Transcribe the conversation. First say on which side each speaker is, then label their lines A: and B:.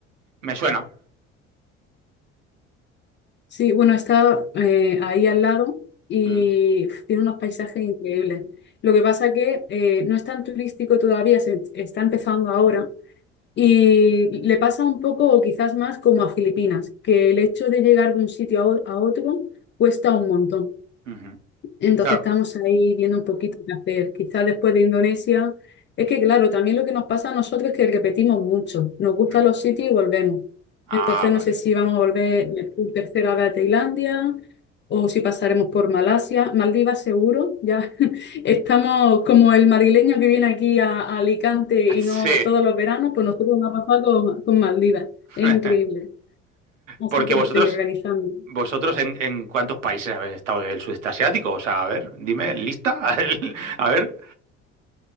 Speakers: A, on the right (about 85°); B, on the left (about 30°).
A: Me suena.
B: Sí, bueno, está eh, ahí al lado y
A: Hmm.
B: uf, tiene unos paisajes increíbles. Lo que pasa que eh, no es tan turístico todavía, se está empezando ahora y le pasa un poco o quizás más como a Filipinas, que el hecho de llegar de un sitio a, o- a otro cuesta un montón.
A: Ujú.
B: Entonces
A: Claro.
B: estamos ahí viendo un poquito qué hacer. Quizás después de Indonesia, es que claro, también lo que nos pasa a nosotros es que repetimos mucho. Nos gustan
A: Hmm.
B: los sitios y volvemos.
A: Ah,
B: Entonces
A: vale.
B: no sé si vamos a volver por tercera vez a Tailandia o si pasaremos por Malasia. Maldivas seguro, ya <laughs> estamos como el madrileño que viene aquí a, a Alicante y
A: <laughs> Sí.
B: no todos los veranos, pues nosotros nos ha pasado con, con Maldivas. Es
A: <laughs>
B: increíble. Así
A: Porque
B: que
A: vosotros,
B: estoy organizando.
A: vosotros en, en cuántos países habéis estado del sudeste asiático? O sea, a ver, dime, ¿lista? <laughs> A ver.